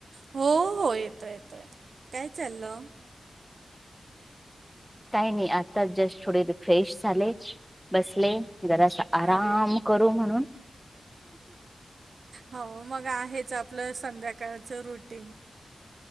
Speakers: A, on the right; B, in the centre.
A: हो हो येतोय येतोय काय चाललं.
B: काही नाही आता जस्ट थोडे फ्रेश झाले बसले. घरास आराम
A: अरे वा
B: करू म्हणून
A: हो मग आहेच आपलं संध्याकाळच रुटीन